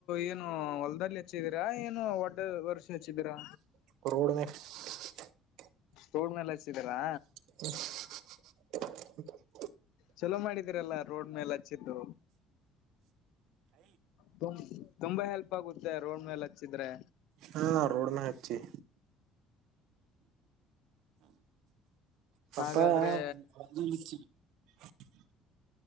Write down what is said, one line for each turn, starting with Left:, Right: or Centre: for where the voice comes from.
Left: ಏನು ಹೊಲ್ದದಲ್ಲಿ, ಹಚ್ಚಿದೀರಾ ಏನು ಒಡ್ ವರ್ಷ ಹಚ್ಚಿದ್ದೀರಾ,
Right: <unintelligible>
Left: ತೋಡ್ ಮೇಲ ಹಚ್ಚಿದೀರಾ,
Right: <inaudible>
Left: ಚಲೋ ಮಾಡಿದೀರಲ್ಲ ರೋಡ್ ಮೇಲ ಹಚ್ಚಿದ್ದು. ತು ತುಂಬಾ ಹೆಲ್ಪ್ ಆಗುತ್ತೆ. ರೋಡ್ ಮೇಲೆ ಹಚ್ಚಿದ್ರೆ,
Right: ಹಾ ರೋಡ ಮೆಗ್ ಹಚ್ಚಿವಿ. ಪಪಾಯ
Left: ಹಾಗಾದ್ರೆ
Right: <unintelligible>